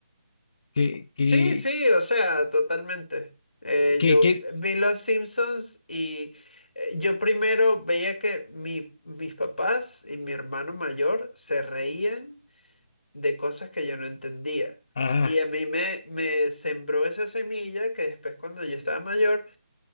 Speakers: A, on the left (about 40°); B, on the left (about 85°).
A: Que, que,
B: Sí, sí, o sea, totalmente. Eh,
A: que,
B: yo
A: que,
B: vi Los Simpsons y eh, yo primero veía que mi- mis papás y mi hermano mayor se reían de cosas que yo no entendía.
A: Ajá,
B: Y a mí me, me sembró esa semilla que después cuando yo estaba mayor